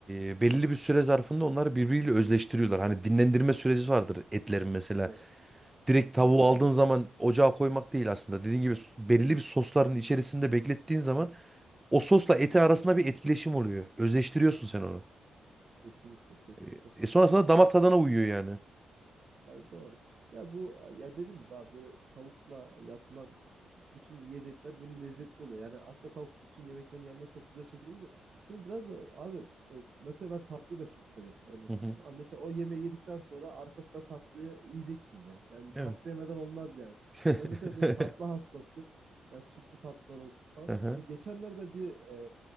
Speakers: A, on the right; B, on the right.
A: e, belirli bir süre zarfında onları birbiriyle özleştiriyorlar. Hani dinlendirme süreci vardır etlerin mesela.
B: Evet.
A: Direkt tavuğu
B: Evet evet.
A: aldığın zaman ocağa koymak değil aslında. Dediğin gibi s- belirli bir sosların içerisinde beklettiğin zaman o sosla eti arasında bir etkileşim oluyor. Özleştiriyorsun sen onu.
B: Kesinlikle. Kesinlikle
A: E,
B: katılıyorum
A: e, sonrasında
B: abi.
A: damak tadına uyuyor yani.
B: Yani doğru. Ya bu ya dedim gibi abi böyle tavukla yapılan bütün yiyecekler böyle lezzetli oluyor. Yani aslında tavuk bütün yemeklerin yanına çok güzel şekilde gidiyor. Şimdi biraz da abi e, mesela ben tatlıyı da çok severim örnek
A: Hı hı.
B: veriyorum. Abi mesela o yemeği yedikten sonra arkasına tatlıyı yiyeceksin ya. Yani
A: Evet.
B: tatlı yemeden olmaz yani.
A: <laughs>
B: Ben mesela böyle tatlı hastasıyım. Yani sütlü tatlılar olsun falan.
A: Hı hı,
B: Ya geçenlerde bir e,